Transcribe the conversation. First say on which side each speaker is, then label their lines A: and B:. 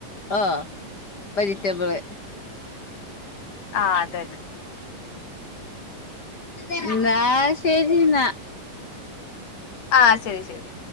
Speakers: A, on the left; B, on the left.
A: ഓഹ് വെജിറ്റബിള്
B: ആഹ് അതന്നെ
A: ഇന്നാ ശെരി ഇന്നാ
B: ആ ശെരി ശെരി